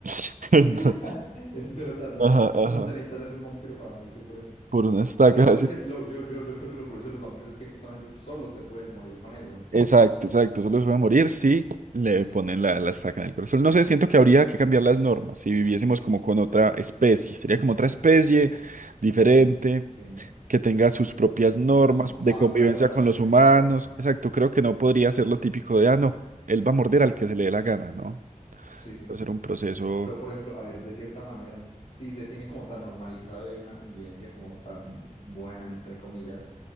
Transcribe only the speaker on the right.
<laughs> Entonces,
ajá,
ajá,
por una estaca.
<laughs>
Exacto, exacto. Solo se puede morir si le ponen la, la estaca en el corazón. No sé, siento que habría que cambiar las normas si viviésemos como con otra especie. Sería como otra especie diferente,
que tenga sus propias normas
de
convivencia
con
los humanos.
Exacto, creo que no podría ser lo típico de, ah, no, él va a morder al que se le dé la gana, ¿no?
Va a ser un proceso.